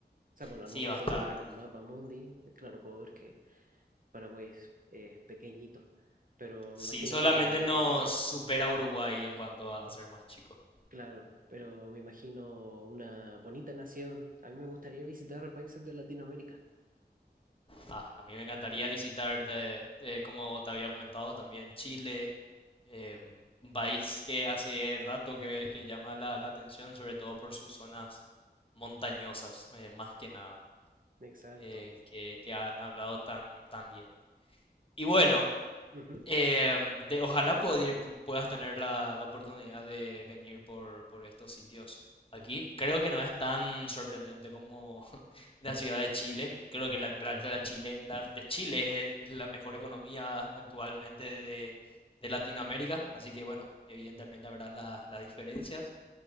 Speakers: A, on the right; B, on the left.
A: sea, bueno,
B: Sí,
A: al momento
B: bastante.
A: de mirar Mapa Mundi, eh, claro, puedo ver que Paraguay es, es pequeñito, pero
B: Sí,
A: me imagino
B: solamente
A: que una,
B: nos supera Uruguay en cuanto a ser más chico.
A: claro, pero me imagino una bonita nación. A mí me gustaría visitar países de Latinoamérica.
B: Ah, a mí me encantaría visitar, de- eh, como te había comentado, también Chile, eh, un país que hace rato que, que llama la, la atención, sobre todo por sus zonas montañosas, eh, más que nada,
A: Exacto.
B: eh, que, que han hablado tan, tan bien. Y bueno,
A: Ujú,
B: eh, de, ojalá poder- pu- puedas tener la, la oportunidad de venir por, por estos sitios aquí. Creo que no es tan sorprendente como <laughs> la ciudad de Chile. Creo que la, la- la Chile, la de Chile es, es la mejor economía actualmente de, de Latinoamérica. Así que bueno, evidentemente habrá la- las diferencias.